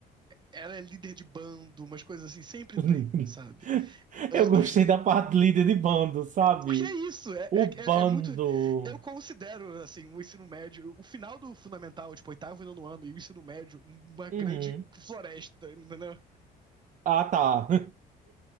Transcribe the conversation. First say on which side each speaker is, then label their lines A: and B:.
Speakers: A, on the right; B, on the right.
A: ela é líder de bando, umas coisas assim, sempre
B: <laughs>
A: tem, sabe? Anda.
B: Eu gostei
A: <laughs>
B: da parte de líder de bando, sabe?
A: Porque é isso, é,
B: O
A: é, é
B: bando.
A: é muito. Eu considero, assim, o ensino médio, o final do fundamental, tipo, oitavo e nono ano, e o ensino médio, uma grande
B: Uhum.
A: floresta, entendeu?
B: Ah, tá.